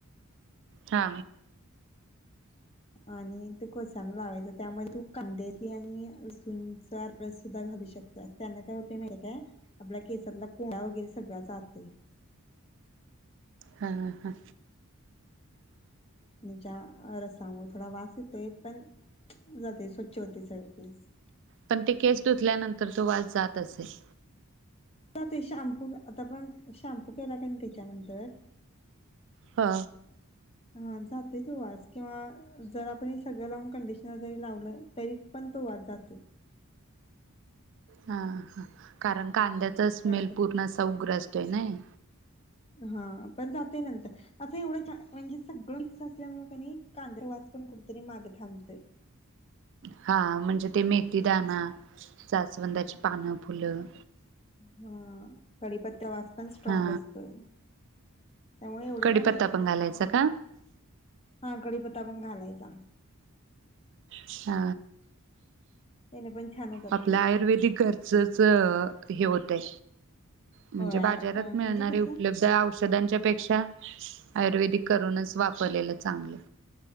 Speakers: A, on the right; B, on the left.
A: हा
B: आणि ते केसांना लावायच त्यामध्ये तू कांद्याची आणि लसूण चा <unintelligible> सुद्धा घालू शकता त्या काय होतय माहीत का आपल्या केसातला कोंढा वगैरे सगळा जातोय
A: हा हा
B: च्या रसामुळे थोडा वास येतोय पण जातय स्वच्छ होतय सगळ केस
A: पण ते केस धुतल्यानंतर तो वास जात तसे
B: आता ते शॅम्पू आता आपण शॅम्पू केला काय नाही तेच्यानंतर
A: हा
B: हा जातोय तो वास किंवा जर आपण हे सगळं लावून कंडिशनर जरी लावलं तरी पण तो वास जातोय
A: हां हां कारण कांद्याचा
B: तेवढा
A: स्मेल
B: कमी
A: पूर्ण असा उग्र आसतोय नई
B: हा पण जाते नंतर असं एवढं म्हणजे सगळं मिक्स असल्यामुळे कणी कांद्रवास पण कुठेतरी माग थांबतय
A: हा म्हणजे ते मेथीदाना जास्वंदाची पानं फुलं
B: हा कढीपत्त्या वास पण स्ट्राँग
A: हा
B: असतोय त्यामुळे एवढं
A: कडीपत्ता
B: काय नाही
A: पण
B: त्याच
A: घालायचा का
B: हा कढीपत्ता पण घालाय जा
A: हा
B: त्याने पण छान होतात
A: आपल्या
B: केस
A: आयुर्वेदिक घरचच अ हे होतय म्हणजे
B: होय आल-
A: बाज्यारात
B: अ, म्हणजे
A: मिळणारे
B: कसं
A: उपलब्ध औष <inaudible> च्या पेक्षा आयुर्वेदिक करूनच वापरलेलं चांगलं